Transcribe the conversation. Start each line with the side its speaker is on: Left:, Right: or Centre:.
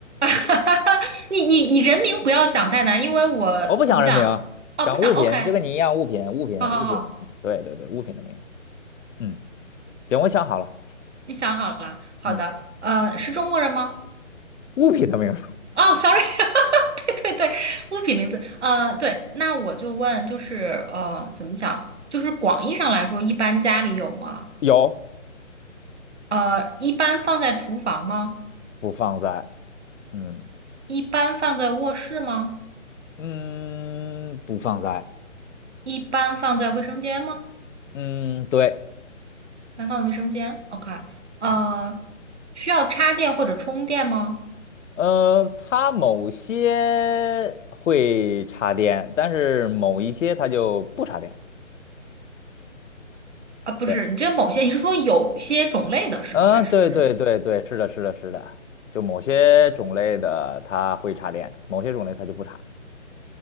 Left: 我不想
Right: <laughs> 哈哈，你你你人名不要想太难，因为我怎么讲？
Left: 我不想人名，
Right: 哦，
Left: 想物品，
Right: 不想，OK，
Left: 就跟你一样，物品物品物品的名字，
Right: 好好好，
Left: 对对对，物品的名字，嗯，行，我想好了，
Right: 你想好了，好的，
Left: 嗯，
Right: 呃，是中国人吗？
Left: 物品的名字
Right: 哦，sorry，<laughs> 哈哈，对对对，物品名字，呃，对，那我就问，就是呃，怎么讲？就是广义上来说，一般家里有吗？
Left: 有，
Right: 呃，一般放在厨房吗？
Left: 不放在，嗯
Right: 一般放在卧室吗？
Left: 嗯，不放在。
Right: 一般放在卫生间吗？
Left: 嗯，对，
Right: 一般放在卫生间，OK，呃，
Left: 嗯，
Right: 需要插电或者充电吗？
Left: 呃，它某些会插电，但是某一些它就不插电。
Right: 啊，不是，
Left: 对，
Right: 你这某些，你是说有些种类的是吧？
Left: 嗯，
Right: 还是
Left: 对对对对，是的，是的，是的，就某些种类的它会插电，某些种类它就不插。